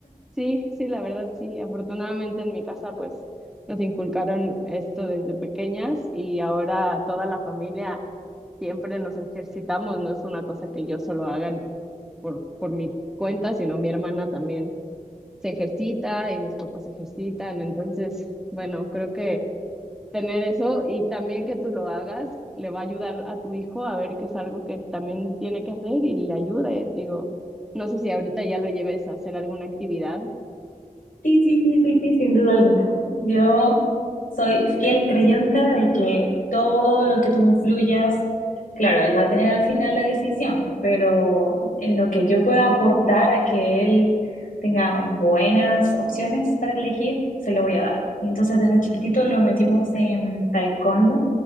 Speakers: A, in the centre; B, on the left.
A: Sí, sí, la verdad sí. Afortunadamente en mi casa pues nos inculcaron esto desde pequeñas y ahora toda la familia siempre nos ejercitamos, no es una cosa que yo solo haga por, por mi cuenta, sino mi hermana también se ejercita y mis papás se ejercitan. Entonces, bueno, creo que tener eso y también que tú lo hagas le va a ayudar a tu hijo a ver que es algo que también tiene que hacer y le ayude. Digo, no sé si ahorita ya lo lleves a hacer alguna actividad
B: Sí, sí, sí, sí, sí, sin duda alguna. Yo soy fiel creyente de que todo lo que tú influyas, claro, él va a tener al final la decisión, pero en lo que yo pueda aportar a que él tenga buenas opciones para elegir, se lo voy a dar. Y entonces desde chiquitito lo metimos en taekwondo.